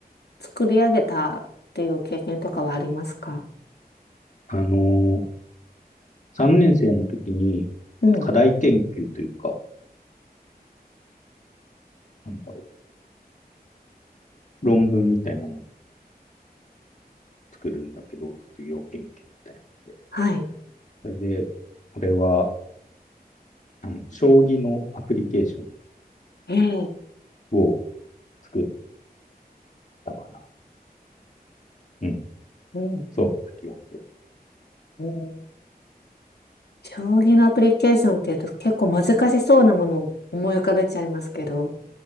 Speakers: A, on the left; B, on the left.
A: 作り上げたっていう経験とかはありますか
B: な。あのー、3年生の時に
A: うん。
B: 課題研究というか、なんだろう、論文みたいなのを作るんだけど、卒業研究みたいなので。
A: はい。
B: それで、俺は、あの、将棋のアプリケーション
A: ええ。
B: を作ったかな。うん、
A: うん、
B: そうだった気がする。
A: うん将棋のアプリケーションっていうと結構難しそうなものを思い浮かべちゃいますけど、